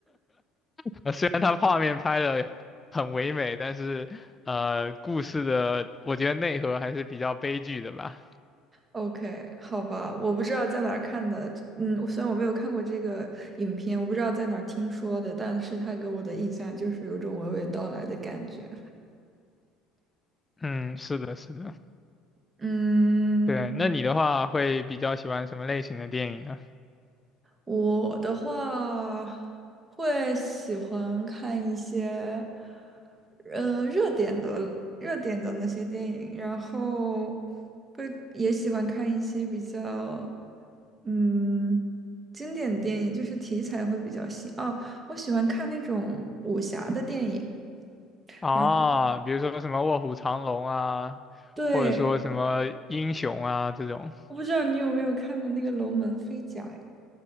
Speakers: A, on the left; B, on the right.
A: <laughs> 虽然它画面拍的很唯美，但是呃，故事的我觉得内核还是比较悲剧的吧。
B: ，OK，好吧，我不知道在哪儿看的，嗯，虽然我没有看过这个影片，我不知道在哪儿听说的，但是它给我的印象就是有一种娓娓道来的感觉。
A: 嗯，是的，是的。
B: 嗯，
A: 对，那你的话会比较喜欢什么类型的电影呢？
B: 我的话会喜欢看一些，呃，热点的热点的那些电影，然后会也喜欢看一些比较，嗯，经典电影，就是题材会比较新。哦，我喜欢看那种武侠的电影，
A: 啊，
B: 然后
A: 比如说什么卧虎藏龙啊，
B: 对，
A: 或者说什么英雄啊这种，
B: 我不知道你有没有看过那个《龙门飞甲》呀？